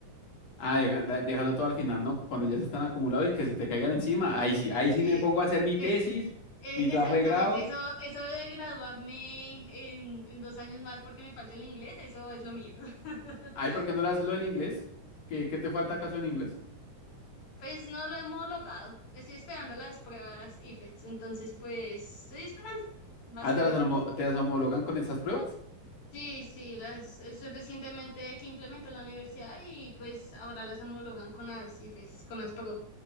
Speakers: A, on the left (about 50°); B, on the left (about 85°).
A: Ah, deja- da- dejando todo al final, ¿no? Cuando ya se están acumulados y que se te caigan encima. Ahí sí,
B: Sí,
A: ahí sí
B: sí,
A: me pongo a hacer mi
B: es,
A: tesis,
B: e-
A: mi
B: exactamente,
A: trabajo de grado.
B: eso, eso de graduarme en, en dos años más porque me falta el inglés, eso es lo mío. <laughs>
A: Ay, ¿por qué no le haces lo del inglés? ¿Qué, qué te falta acaso en inglés?
B: Pues no lo hemos homologado, estoy esperando las pruebas IFETS, entonces pues estoy esperando, básicamente.
A: Ah, ¿te las, homo- te las homologan con esas pruebas?
B: Sí, sí, las, eso es recientemente que implementó la universidad y pues ahora las homologan con las IFES, con las Pro.